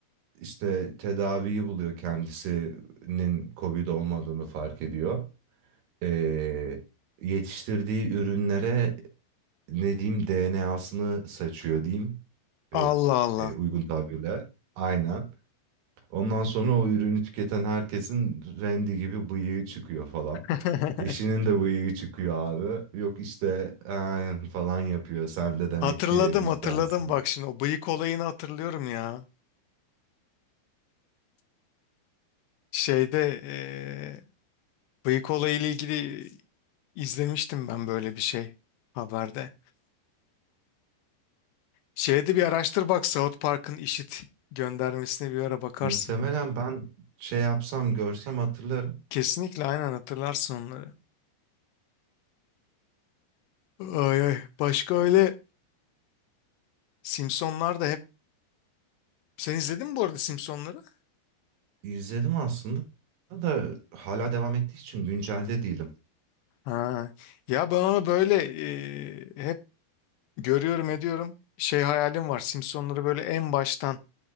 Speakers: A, on the right (about 70°); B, on the left (about 80°).
A: işte tedaviyi buluyor kendisinin Covid olmadığını fark ediyor. E, yetiştirdiği ürünlere ne diyeyim DNA'sını saçıyor diyeyim
B: Allah
A: e,
B: Allah.
A: e, uygun tabirle. Aynen. Ondan sonra o ürünü tüketen herkesin rendi gibi bıyığı çıkıyor falan.
B: <laughs>
A: Eşinin de bıyığı çıkıyor abi. Yok işte "Ee," falan yapıyor. Sen de demek
B: Hatırladım
A: ki bizdensin.
B: hatırladım bak şimdi o bıyık olayını hatırlıyorum ya. Şeyde eee bıyık olayıyla ilgili izlemiştim ben böyle bir şey haberde. Şeyde bir araştır bak South Park'ın işit göndermesine bir ara bakarsın.
A: Muhtemelen ben şey yapsam görsem hatırlarım.
B: Kesinlikle aynen hatırlarsın onları. Ay ay başka öyle Simpsonlar da hep sen izledin mi bu arada Simpsonları?
A: İzledim aslında da hala devam ettiği için güncelde değilim.
B: Ha. Ya ben onu böyle e, hep görüyorum ediyorum. Şey hayalim var Simpsonları böyle en baştan